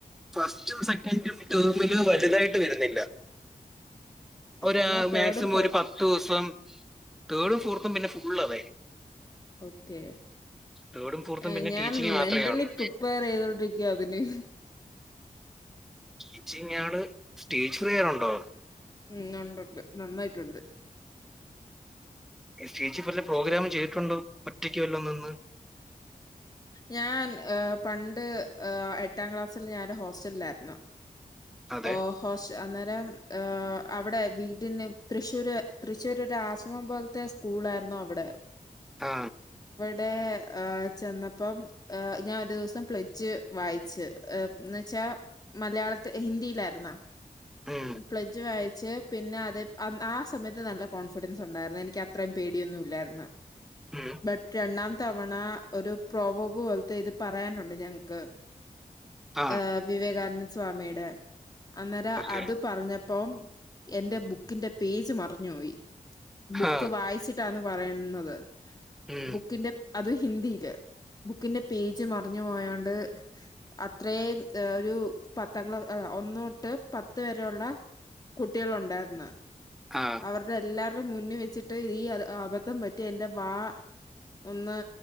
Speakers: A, in the centre; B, on the left.
A: ഫസ്റ്റും സെക്കൻഡും ട്ടേമില് വലുതായിട്ട് <unintelligible> വരുന്നില്ല ഒര്
B: എന്നാ
A: ആ
B: തേർഡും
A: മാക്സിമം
B: ഫോർത്തും
A: ഒരു പത്തൂസം തേർഡും ഫോർത്തും പിന്നെ ഫു ഉള്ളതേ
B: ഓക്കെ
A: തേർഡും ഫോർത്തും
B: ങേ
A: പിന്നെ
B: ഞാൻ
A: ടീച്ചിങ് മാത്രമേ
B: മെന്റലി
A: ഉള്ളൂ
B: പ്രിപ്പയറെയ്തോണ്ടിരിക്ക അതിന്
A: ടീച്ചിങ്ങാണ് സ്റ്റേജ് ഫ്രയറുണ്ടോ
B: ഉം ഉണ്ടുണ്ട് നന്നായിട്ടുണ്ട്
A: സ്റ്റേജിൽ പറഞ്ഞ പ്രോഗ്രാം ചെയ്തിട്ടുണ്ടോ ഒറ്റയ്ക്ക് വല്ലോം നിന്ന്
B: ഞാൻ ഏ പണ്ട് ഏഎട്ടാം ക്ലാസ്സിൽ ഞാാനൊരു ഹോസ്റ്റലിലായിരുന്നു
A: അതെ
B: ഓ ഹോസ്‌ അന്നേരം ആ അവിടെ വീടിന് തൃശ്ശൂര് തൃശ്ശൂര് ഒരു ആശ്രമം പോൽത്തെ സ്കൂൾ ആര്ന്നു അവിടെ
A: ആ
B: ടേ ആ ചെന്നപ്പം ഏ ഞാൻ ഒരു ദിവസം പ്ല്ജ് വായിച്ചു എന്ന് വെച്ചാ മലയാള ത്ത് <unintelligible> ഹിന്ദിയിലായിരുന്നാ
A: ഉം,
B: പ്ലജ്ജ് വായിച്ച് പിന്നെ അതെ അ ആ സമയത്ത് നല്ല കോൺഫിഡൻസ് ഉണ്ടായിരുന്ന് എനിക്ക് അത്രയും പേടിയൊന്നുല്ലായിര്ന്ന്
A: ഉം,
B: ബറ്റണ്ണം <unintelligible> തവണ ഒരു പ്രോവബ് പോലത്തെ ഇത് പറയാനുണ്ട് ഞങ്ങ്ക്ക്
A: ആ
B: ആഹ് വിവേകാനന്ദ് സ്വാമി <unintelligible> അന്നേരം
A: ഓക്കെ
B: അത് പറഞ്ഞപ്പ് <unintelligible> എന്റെ ബുക്കിന്റെ പേജ് മറഞ്ഞോയി. ബുക്ക്
A: ആ
B: വായിച്ചിട്ടാന്ന് പറയുന്നത്
A: ഉം,
B: ബുക്കിന്റെ അത് ഹിന്ദിയില് ബുക്കിന്റെ പേജ് മറിഞ്ഞു പോയാണ്ട് അത്രയും ഒരു പത്ത് തങ്ങള് ഒന്നൂട്ട് പത്ത് വരെെയുള്ള കുട്ടികളുണ്ടായിരുന്നു.
A: ആ
B: അവരുടെ എല്ലാർക്ക് മുന്നി വെച്ചിട്ട് ഈ അബദ്ധം പറ്റി എന്റെ വാ ഒന്ന്